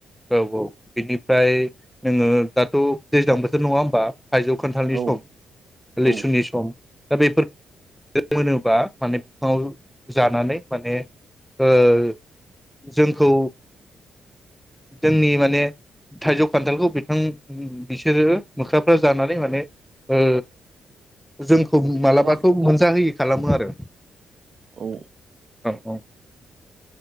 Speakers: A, in the centre; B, on the right.
A: औ औ बिनि फ्राय नोङो दाथ दैज्लां बोथोर नङा होमबा? थाइजौ, खान्थालनि
B: औ
A: सम लिसुनि
B: औ
A: सम दा बेफोर मोनोबा माने बिफाङाव जानानै माने ओ जोंखौ जोंनि माने थाइजौ खान्थालखौ बिथां बिसोरो मोख्राफ्रा जानानै माने ओ जों खौ मालाबा
B: खहा
A: जा होयि खालामो आरो।
B: औ।
A: औ औ।